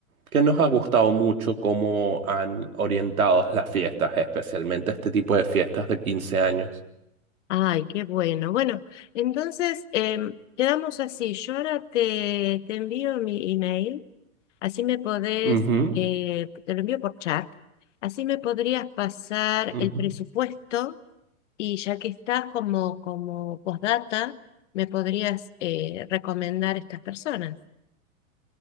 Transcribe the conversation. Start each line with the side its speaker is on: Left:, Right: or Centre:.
Right: que nos ha gustado mucho cómo han orientado las fiestas, especialmente este tipo de fiestas de 15 años.
Left: Ay, qué bueno. Bueno, entonces em, quedamos así. Yo ahora te, te envío mi email, así me podés,
Right: Ujú,
Left: eh, te lo envío por chat, así me podrías pasar
Right: ujú.
Left: el presupuesto y ya que estás como, como postdata, me podrías eh, recomendar estas personas.